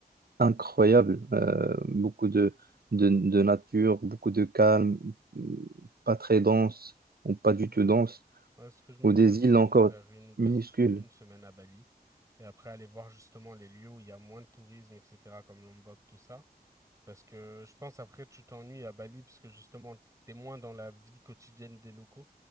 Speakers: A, on the right (about 70°); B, on the right (about 20°).
A: incroyable. Euh, beaucoup de, de, de nature, beaucoup de calme, euh, pas très dense ou pas
B: Ouais.
A: du tout dense,
B: Ouais, ce que je me
A: ou
B: dis
A: des
B: aussi,
A: îles encore
B: faire une ou deux,
A: minuscules.
B: s- une semaine à Bali et après aller voir justement les lieux où il y a moins de tourisme, etc., comme Lombok, tout ça. Parce que je pense après tu t'ennuies à Bali parce que justement t'es moins dans la vie quotidienne des locaux